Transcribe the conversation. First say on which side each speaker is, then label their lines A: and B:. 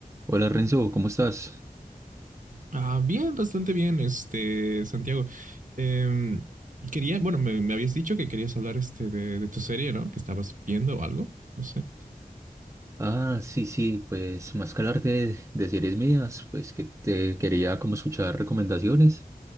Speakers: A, on the right (about 20°); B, on the right (about 60°).
A: Hola Renzo, ¿cómo estás?
B: Ah, bien, bastante bien, este, Santiago. Em, quería, bueno, me, me habías dicho que querías hablar este de, de tu serie, ¿no? Que estabas viendo o algo, no sé.
A: Ah, sí, sí, pues más que hablar de, de series mías, pues que te quería como escuchar recomendaciones,